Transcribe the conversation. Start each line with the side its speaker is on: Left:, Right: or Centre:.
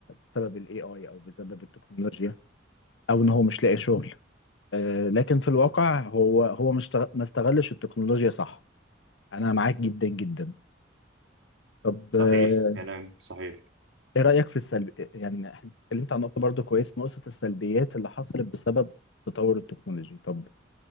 Left: بسبب ال AI أو بسبب التكنولوجيا أو إن هو مش لاقي شغل آه، لكن في الواقع هو هو مش تغ- ما استغلش التكنولوجيا صح أنا معاك جدا جدا طب آه،
Right: صحيح كلام صحيح
Left: ايه رأيك في السلب إيه، يعني إحنا اتكلمت عن نقطة برضو كويس نقطة السلبيات اللي حصلت بسبب تطور التكنولوجي طب